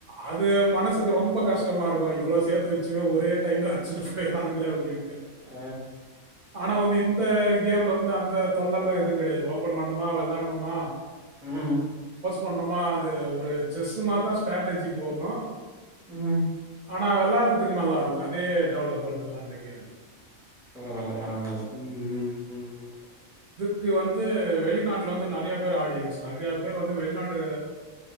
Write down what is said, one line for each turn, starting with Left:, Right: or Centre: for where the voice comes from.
Right: அது மனசுக்கு ரொம்ப கஷ்டமா இருக்கு இவ்வளோ சே்த்து வச்சும ஒரே டைம்ல அடிச்சுட்டு போய்றானுங் கள அப்டின்ட்டு
Centre: ஆ,
Right: ஆனா வந்து இந்த கேம்ல வந்து அந்த தொல்லல்லா எதுவு கெடையாது ஓப்பன் பண்ணா மா விளாட்ணுமா
Centre: ம்
Right: பண்ணோமா அது ஒரு செஸ் மாரிதா ஸ்ட்ராட்டஜி போகு
Centre: உஹ்ம்
Right: ஆனா வெளாடுறதுக்கு நல்லா இருக்கு அதே டெவலபர்துதா இந்த கேம்
Centre: பரவாயில்ல பரவாயில்ல உம் உம் உம் உம்
Right: இக்கு வந்து வெளிநாட்ட்ல வந்து நெறையா பேர் ஆடியன்ஸ் நெறையா பேர் வந்து வெளிநாட்டு